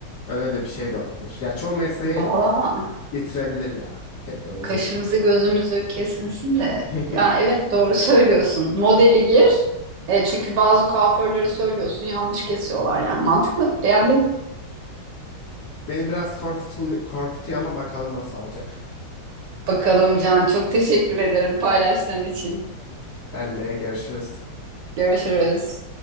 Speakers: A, on the left (about 60°); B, on the right (about 75°).
A: Öyle de bir şey de olabilir. Ya çoğu mesleği
B: Valla
A: bitirebilir ya teknoloji.
B: kaşımızı gözümüzü kesmesin de.
A: <laughs>
B: Ya evet doğru söylüyorsun. Modeli gir. E, çünkü bazı kuaförlere söylüyorsun yanlış kesiyorlar yani. Mantıklı. Beğendim.
A: Beni biraz korkutuyor, korkutuyor ama bakalım nasıl olacak.
B: Bakalım Can çok teşekkür ederim paylaştığın için.
A: Ben de görüşürüz.
B: Görüşürüz.